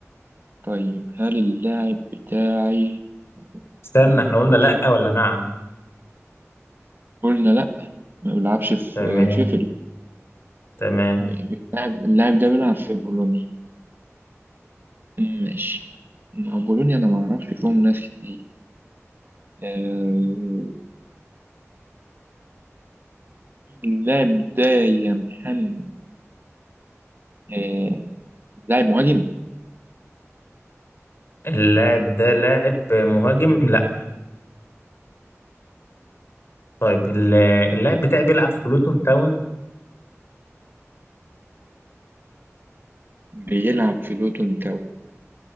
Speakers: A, on the right; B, on the left.
A: طيب هل اللاعب بتاعي
B: استنى
A: أنا
B: احنا
A: ما
B: قلنا
A: أعرفش
B: لأ ولا نعم
A: قلنا لا ما بيلعبش في
B: تمام
A: شيفيلد
B: تمام
A: اللاعب اللاعب ده بيلعب في بولونيا مم، ماشي مع بولونيا انا ما اعرفش فيهم ناس كتير آه، اللاعب ده يا محمد آه، لاعب مهاجم
B: اللاعب ده لاعب مهاجم؟ لأ طيب ال- اللاعب بتاعي بيلعب في لوتون تاون؟
A: بيلعب في لوتون تاو